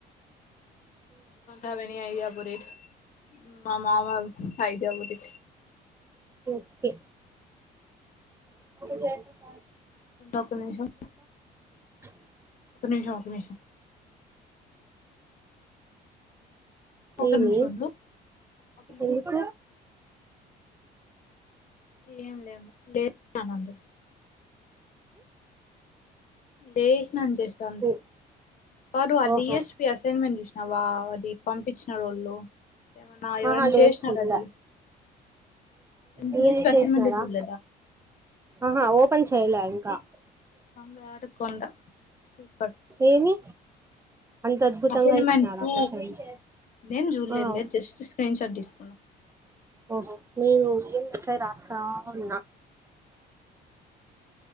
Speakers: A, on the left (about 50°); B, on the right (about 15°).
A: వఐడియా ప <unintelligible> మా మా మా అయిదబది
B: ఓకే అ
A: ఒక్క నిమిషం
B: <inaudible>
A: ఒక నిమిషం ఒక్క నిమిషం
B: చేయలే
A: ఒక్క నిమిషం ఉండు ఒక్క నిమిషం
B: ఎందుకు
A: ఏం లేం దే నంద లేసినాని చేస్తా
B: ఉ
A: అందుకే కాదు ఆ
B: ఓహో
A: డిీఎస్పి అసైన్మెంట్ చూసినా వా పంపించినడు వాళ్ళు ఏమన్నా ఎవరైనా
B: ఆహా లేదు
A: చేసినారా
B: చూడలే
A: అది డిఎస్పి
B: మీరు
A: అసైన్మెంటే
B: చూసినరా
A: చూడలేదా
B: ఆహా ఓపెన్ చేయలే ఇంకా
A: బంగారుకొండ సూపర్
B: ఏమి అంత అద్భుతంగా
A: అసైన్మెంట్
B: ఇచ్చినాడా క్వశ్చన్స్
A: నేను చూడలేదు
B: ఆ
A: లే జస్ట్ సైన్ పటీస్కున్న
B: ఓహో నేను ఎసై రాస్తా ఉన్న